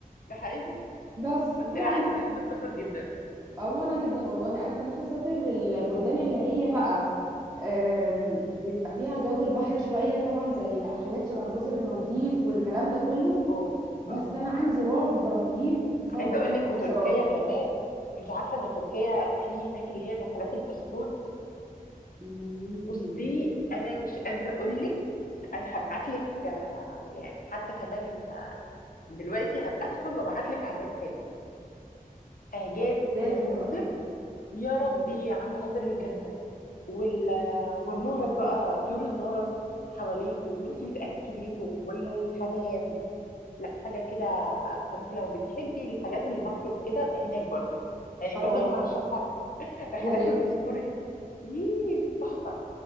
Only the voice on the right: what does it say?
بس
طبعا
او انا جدا والله انا كان نفسي اسافر البلدان اللي هي بقى آم، بيبقى فيها جو البحر شويه طبعا زي حاجات شبه جزر المالديف والكلام ده كله
بس
انا عندي رعب رهيب بسبب
الحشرات
مم،
لازم
تبقى تيجي
اه
آه،
يا ريت